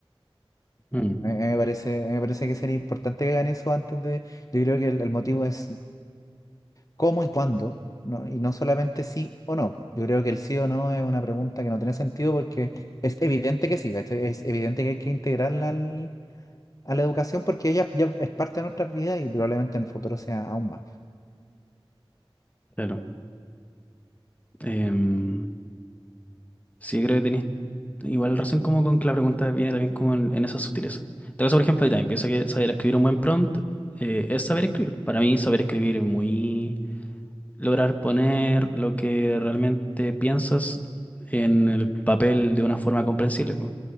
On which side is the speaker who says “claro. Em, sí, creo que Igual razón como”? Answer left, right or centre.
Left